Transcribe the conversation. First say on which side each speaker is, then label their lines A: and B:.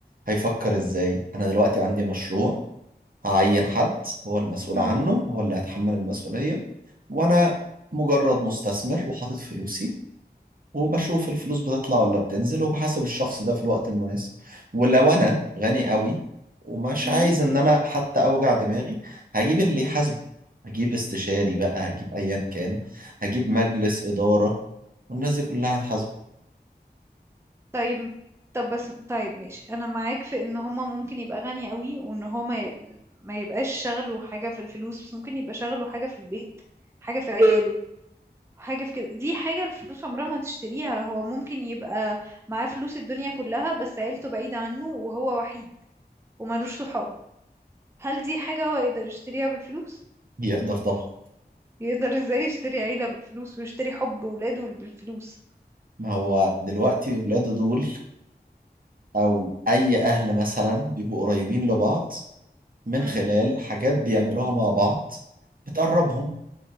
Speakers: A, on the right; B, on the right.
A: هيفكر ازاي انا دلوقتي عندي مشروع هعين حد هو المسؤول
B: مم،
A: عنه هو اللي هيتحمل المسؤولية وانا مجرد مستثمر وحاطط فلوسي وبشوف الفلوس بتطلع ولا بتنزل وبحاسب الشخص ده في الوقت المناسب ولو انا غني قوي ومش
B: مم،
A: عايز ان انا حتى اوجع دماغي هجيب اللي يحاسبه هجيب استشاري بقى هجيب ايا كان هجيب مجلس
B: مم.
A: إدارة والناس دي كلها هتحاسبه
B: طيب طب بس طيب ماشي انا معاك في ان هما ممكن يبقى غني قوي وان هما ي... ما يبقاش شغله حاجة في الفلوس بس ممكن يبقى شغله حاجة في البيت حاجة في عياله حاجة في كده دي حاجة الفلوس عمرها ما تشتريها هو ممكن يبقى معاه فلوس الدنيا كلها بس عيلته بعيدة عنه وهو وحيد ومالوش صحاب هل دي حاجة هو يقدر يشتريها بالفلوس
A: <laughs> يقدر طبعا
B: يقدر ازاي يشتري عيلة بالفلوس ويشتري حب ولاده بالفلوس
A: ما هو دلوقتي ولاده دول او اي اهل مثلا بيبقوا قريبين لبعض من
B: امم
A: خلال حاجات بيعملوها مع بعض بتقربهم